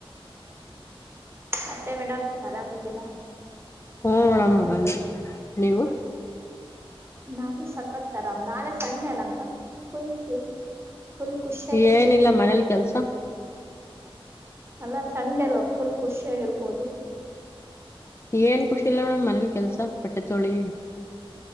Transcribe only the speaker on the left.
ಹಡ ನೋಡ ನೀವು
ಏನಿಲ್ಲ ಮನೇಲಿ ಕೆಲ್ಸ
ಏನ್ ಖುಷಿ ಇಲ್ಲ ಮೇಡಮ್ ಮನೇಲಿ ಕೆಲ್ಸ ಬಟ್ಟೆ ತೋಳಿ